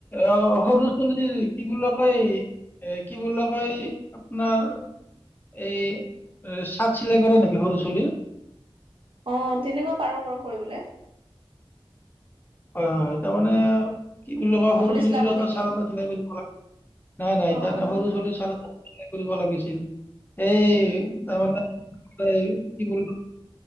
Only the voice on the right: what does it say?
অ তেনেকুৱা পাৰো বাৰু কৰিবলৈ
আপুনি
চিলাব
নেকি?
অ',